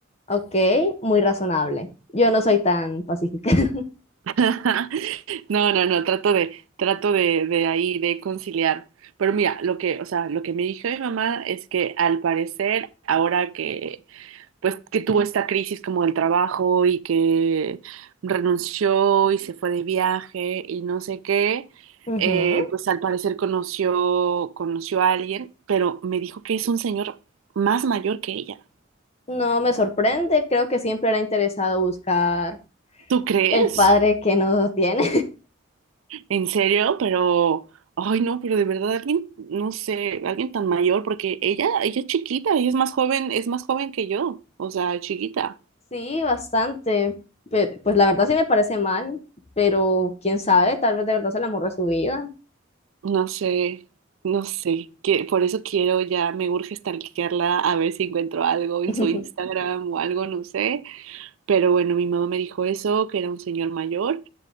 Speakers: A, on the left; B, on the right.
A: Ok, muy razonable. Yo no soy tan pacífica. <laughs>
B: <laughs> No, no, no, trato de, trato de, de ahí, de conciliar. Pero mira, lo que, o sea, lo que me dijo mi mamá es que al parecer, ahora que, pues, que tuvo esta crisis como del trabajo y que renunció y se fue de viaje y no sé qué,
A: Ujú.
B: eh, pues al parecer conoció, conoció a alguien, pero me dijo que es un señor más mayor que ella.
A: No me sorprende, creo que siempre era interesado buscar
B: ¿Tú crees?
A: el padre que no tiene.
B: En serio, pero, ay no, pero de verdad alguien, no sé, alguien tan mayor, porque ella, ella es chiquita, ella es más joven, es más joven que yo, o sea, chiquita.
A: Sí, bastante. Pe- pues la verdad sí me parece mal, pero quién sabe, tal vez de verdad se el amor de su vida.
B: No sé, no sé, que por eso quiero ya, me urge stalkearla a ver si encuentro algo en
A: <laughs>
B: su Instagram o algo, no sé. Pero bueno, mi mamá me dijo eso, que era un señor mayor.